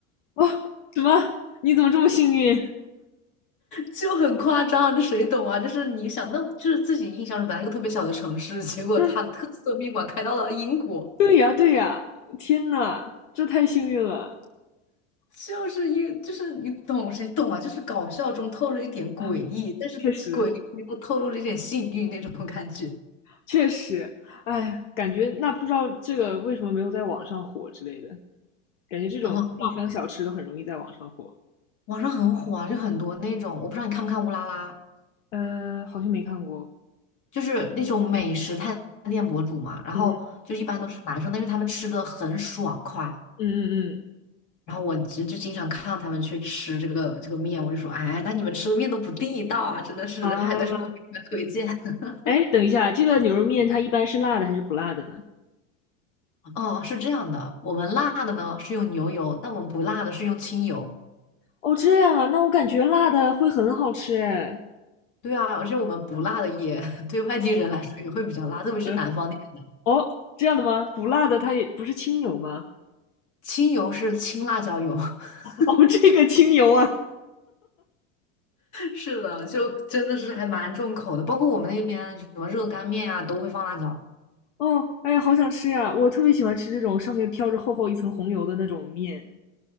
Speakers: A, on the left; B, on the left.
A: 哦，什么？你怎么这么幸运？
B: 就很夸张啊，这谁懂啊？就是你想那么，就是自己印象中本来一个特别小的城市，结果它的特色面馆开到了英国，
A: <laughs> 对呀，对呀，天呐，这太幸运了
B: 就是英，就是你懂谁懂啊？就是搞笑中透露一点诡异，
A: 啊！
B: 但是诡异又透露了一点幸运那种感觉。
A: 确实，确实，哎，感觉那不知道这个为什么没有在网上火之类的，感觉这种地方小吃都很容易在网上火。
B: 然后网上很火啊，就很多那种，我不知道你看不看乌拉拉，
A: 呃，好像没看过。
B: 就是那种美食探店博主嘛。然后就一般都是男生，
A: 嗯
B: 但是他们吃的很爽快。
A: 嗯嗯嗯。
B: 然后我侄就经常看到他们去吃这个这个面，我就说，哎，那你们吃的面都不地道啊，真的是，
A: 啊，
B: 还得是给你们推荐。<laughs>
A: 哎，等一下，这个牛肉面它一般是辣的还是不辣的呢？
B: 哦，是这样的，我们辣的呢是用牛油，但我们不辣的是用清油。
A: 哦，这样啊，那我感觉辣的会很好吃哎。
B: 对啊，而且我们不辣的也 <laughs> 对外地人来说也会比较辣，特别是南方那边的。
A: 呃，哦，这样的吗？不辣的它也不是清油吗？
B: 清油是青辣椒油，<laughs>
A: 哦，这个清油啊。
B: 是的，就真的是还蛮重口的。包括我们那边什么热干面啊，都会放辣椒。
A: 哦，哎呀，好想吃呀！我特别喜欢吃这种上面飘着厚厚一层红油的那种面。